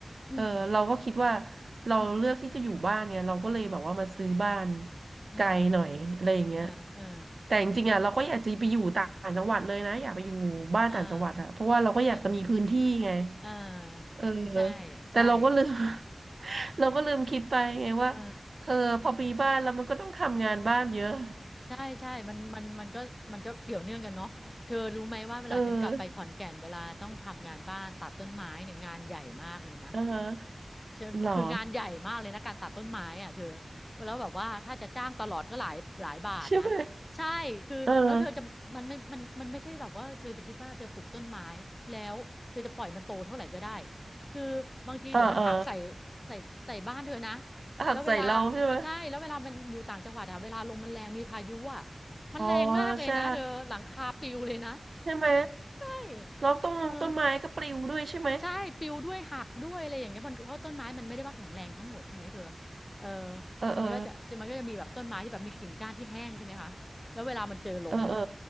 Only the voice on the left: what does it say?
อืม
อืมอืม
อ่าอ่า
อ่าก็อ่าใช่
ใช่
อืม
เออ
ใช่ใช่มันมันมันก็มันก็เกี่ยวเนื่องกันเนาะเธอรู้ไหมว่าเวลาฉันกลับไปขอนแก่นเวลาต้องทำงานบ้านตัดต้นไม้เนี่ยงานใหญ่มากเลยนะ
เชิงคืองานใหญ่มากเลยนะการตัดต้นไม้อ่ะเธอ
แล้วแบบว่าถ้าจะจ้างตลอดก็หลายหลายบาทนะ
ใช่คือแล้วเธอจะมันไม่มันมันไม่ใช่แบบว่าเธอจะคิดว่าเธอปลูกต้นไม้แล้วเธอจะปล่อยมันโตเท่าไหร่ก็ได้
คือบางทีเดี๋ยวมันหักใส่
ใส่ใส่บ้านเธอนะ
แล้วเวลาใช่แล้วเวลามันอยู่ต่างจังหวัดอะเวลาลมมันแรงมีพายุอะมันแรงมากเลยนะเธอหลังคาปลิวเลยนะ
อย
เออใช่ปลิวด้วยหักด้วยอะไรอย่างเงี้ยมันเพราะต้นไม้มันไม่ได้ว่าแข็งแรงทั้งหมดใช่ไหมเธอเออ
มันก็จะจะมันก็จะมีแบบต้นไม้ที่แบบมีกิ่งก้านที่แห้งใช่ไหมคะแล้วเวลามันเจอลมอ่ะ